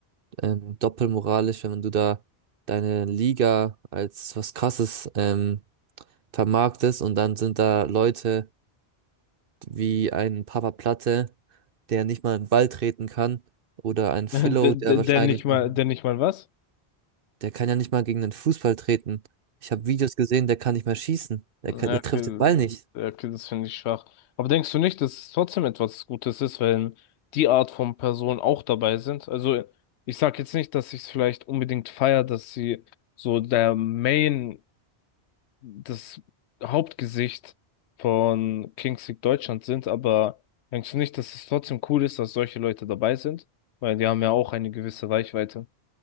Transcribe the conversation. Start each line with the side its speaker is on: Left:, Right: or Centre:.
Right: ähm, doppelmoralisch, wenn du da deine Liga als was Krasses ähm, vermarkt es und dann sind da Leute wie ein Papa Platte, der nicht mal einen Ball treten kann, oder ein Philo,
Left: Der, der,
Right: der wahrscheinlich
Left: der nicht mal,
Right: noch,
Left: der nicht mal was?
Right: der kann ja nicht mal gegen den Fußball treten. Ich habe Videos gesehen, der kann nicht mal schießen. Der
Left: Ja,
Right: kann, der
Left: okay,
Right: trifft den Ball nicht.
Left: ja, okay, das finde ich schwach. Aber denkst du nicht, dass es trotzdem etwas Gutes ist, wenn die Art von Personen auch dabei sind? Also, ich sag jetzt nicht, dass ich es vielleicht unbedingt feier, dass sie so der Main, das Hauptgesicht von Kings League Deutschland sind, aber denkst du nicht, dass es trotzdem cool ist, dass solche Leute dabei sind? Weil die haben ja auch eine gewisse Reichweite.